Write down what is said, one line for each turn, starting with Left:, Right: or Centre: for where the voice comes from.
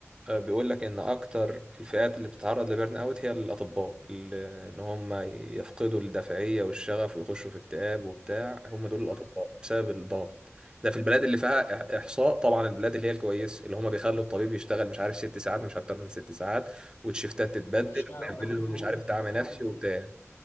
Right: آه، بيقول لك ان اكتر الفئات اللي بتتعرض لبرن اوت هي الاطباء اللي- ان هم يفقدوا الدافعيه والشغف ويخشوا في اكتئاب وبتاع هم
Left: بالظبط
Right: دول الاطباء بسبب الضغط ده في البلاد اللي فيها إح- احصاء طبعا البلاد اللي هي الكويسه اللي هم بيخلوا الطبيب يشتغل مش عارف ست ساعات مش اكتر من ست ساعات والشيفتات تتبدل
Left: هو بيشتاق
Right: ويعملوا
Left: وبياخد فلوس
Right: لهم مش عارف دعم نفسي
Left: بياخد فلوس
Right: وبتاع